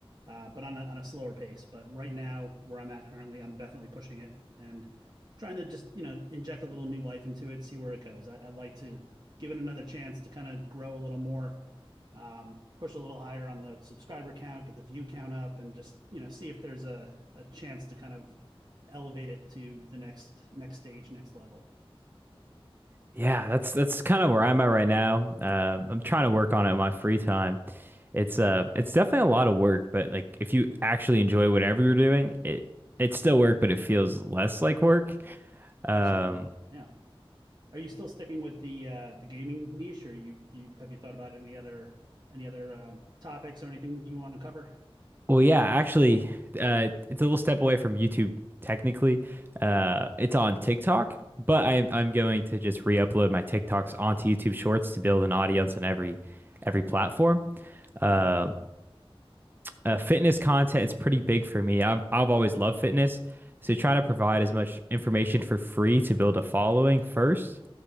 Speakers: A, on the right; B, on the right.
A: uh, but on a on a slower pace. But right now, where I'm at currently, I'm definitely pushing it and trying to just, you know, inject a little new life into it, see where it goes. I, I'd like to give it another chance to kind of grow a little more um, push a little higher on the subscriber count, get the view count up, and just, you know, see if there's a a chance to kind of elevate it to the next next stage, next level.
B: Yeah, that's that's kind of where I'm at right now. Um, I'm trying to work on it in my free time. It's uh it's definitely a lot of work, but like if you actually enjoy whatever you're doing, it it's still work, but it feels less like work. Um,
A: Absolutely. Yeah. Are you still sticking with the uh, the gaming niche, or you you have you thought about any other any other um, topics or anything you want to cover?
B: Well, yeah, actually, uh, it's a little step away from YouTube technically. Uh, it's on TikTok, but I'm I'm going to just re-upload my TikToks onto YouTube Shorts to build an audience on every every platform. Um
A: Okay.
B: uh, fitness content is pretty big for me. I've I've always loved fitness, so trying to provide as much information for free to build a following first